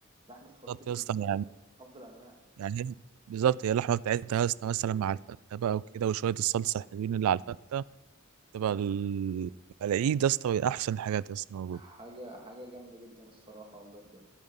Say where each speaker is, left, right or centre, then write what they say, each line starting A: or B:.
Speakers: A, on the right (about 25°); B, on the right (about 85°).
A: لحمه الخروف
B: بالظبط
A: دي بالنسبه
B: يا اسطى
A: لي
B: يعني
A: افضل انواع
B: يعني هي- بالظبط هي اللحمه بتاعتها يا اسطى مثلا مع الفته بقى وكده وشويه الصلصه الحلوين اللي على الفته تبقى
A: يا
B: ال-
A: ابني
B: العيد يا اسطى احسن حاجات يا اسطى موجوده
A: حاجه حاجه جامده جدا الصراحه والله بجد